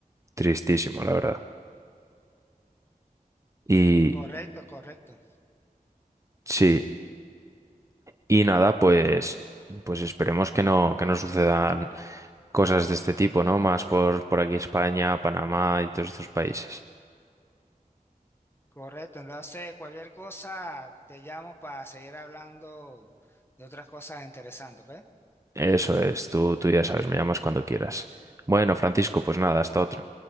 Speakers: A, on the right; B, on the left.
A: tristísimo, la verdad. Y
B: Correcto, correcto.
A: sí, y nada, pues, pues esperemos que no, que no sucedan cosas de este tipo, ¿no? Más por, por aquí España, Panamá y todos estos países.
B: Correcto, entonces cualquier cosa te llamo para seguir hablando de otras cosas interesantes, ¿ok?
A: Eso es, tú, tú ya sabes, me llamas cuando quieras. Bueno, Francisco, pues nada, hasta otra.